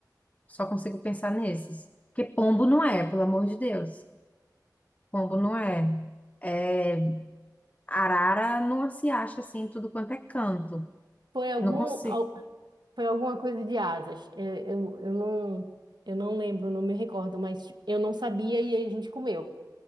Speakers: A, on the left; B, on the right.
A: só consigo pensar nesses. Porque pombo não é, pelo amor de Deus. Pombo não é. É, arara não se acha assim, em tudo quanto é canto.
B: Foi algum,
A: Não consigo.
B: al- Foi alguma coisa de asas. É, Eu, eu, não, eu não lembro, não me recordo, mas tipo, eu não sabia e aí a gente comeu.